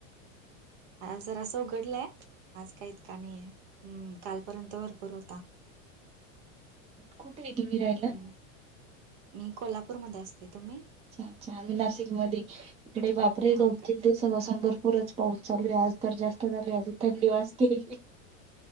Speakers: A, on the right (about 55°); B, on the right (about 15°).
A: आ जर असं उघडलंय आज का इतका नाहीय हम् कालपर्यंत भरपूर होता
B: कुठे येत वीरला
A: हम्म मी कोल्हापूरमध्ये असते तुम्ही
B: अच्छा अच्छा आम्ही नाशिक ममध्ये इकडे वापरे
A: हो
B: दोन
A: काय
B: तीन दिवस सून भरपूरच पाऊस चालू आहे आज तर जास्त झालू आजी थंडी वाजते ग